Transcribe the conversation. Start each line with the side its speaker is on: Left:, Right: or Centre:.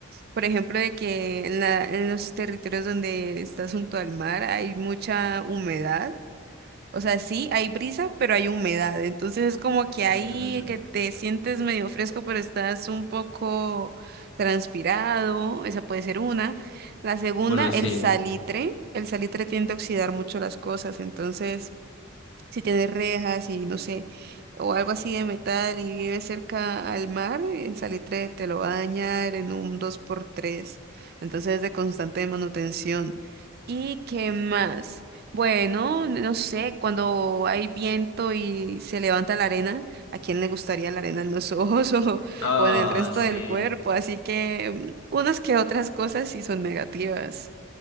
Right: por ejemplo, de que en la- en los territorios donde estás junto al mar hay mucha humedad. O sea, sí, hay brisa, pero hay humedad. Entonces es como que ahí
Left: ujú.
Right: que te sientes medio fresco, pero estás un poco transpirado. Esa puede ser una. La segunda,
Left: Bueno,
Right: el
Left: sí.
Right: salitre. El salitre tiende a oxidar mucho las cosas, entonces si tiene rejas y no sé, o algo así de metal y vive cerca al mar, el salitre te lo va a dañar en un dos por tres Entonces es de constante manutención. ¿Y qué más? Bueno, no sé, cuando hay viento y se levanta la arena, ¿a quién le gustaría la arena en los ojos <laughs> o,
Left: Ah,
Right: o en el resto
Left: sí.
Right: del cuerpo? Así que mm, unas que otras cosas sí son negativas.